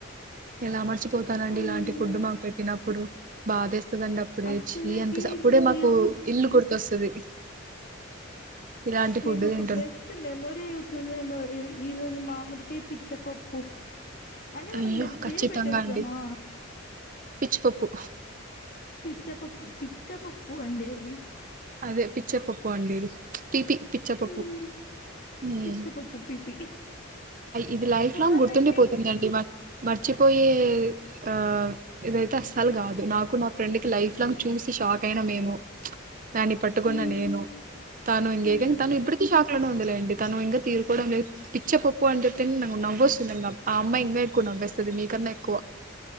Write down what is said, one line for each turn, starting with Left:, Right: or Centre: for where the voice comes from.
Right: ఎలా మర్చి పోతానండి
Left: అయ్యో
Right: ఇలాంటి ఫుడ్ మాకు పెట్టినప్పుడు బాదేస్ వస్తదండి అప్పుడే
Left: అస్సలకి
Right: చీ అనిపిస్తది అప్పుడే
Left: మీకి
Right: మాకు
Left: ఒక
Right: ఇల్లు గుర్తొస్తది ఇలాంటి ఫుడ్
Left: మీకు
Right: దిం
Left: ఒక బెస్ట్ మెమొరీ అవుతుందేమో ఈ రోజు మామిడికాయ పిచ్చ పప్పు అని మనం
Right: అయ్యో
Left: దానికి
Right: ఖచ్చితంగా
Left: పేరు పెట్టేస్తామా
Right: అండి పిచ్చిపప్పు
Left: పిచ్చా పప్పు పిచ్చా పప్పు అండి అది
Right: అదే పచ్చ పప్పు అండేది పిపి పిచ్చపప్పు
Left: మ్మ్
Right: ఉమ్
Left: పిచ్చపప్పు పిపి
Right: ఇది లైఫ్
Left: బాగుందండి
Right: లాంగ్ గుర్తుండిపోతుందండి మన మర్చిపోయే ఆ ఇదైతే అస్సలు గాదు నాకు నా ఫ్రెండ్ కి లైఫ్ లాంగ్ చూసి షాక్ అయినా మేము దాన్ని పట్టుకున్న
Left: మ్మ్
Right: నేను తను ఇంగేక
Left: మ్మ్
Right: తను ఇప్పటికి షాక్ ఉందిలేండి తను ఇంకా తీరుకోవడం లేదు పిచ్చ పప్పు అని చెప్తే నవ్వొస్తుందండి ఆ అమ్మాయి ఇంకా ఎకు నవ్వేస్తది మీకన్నా ఎక్కువ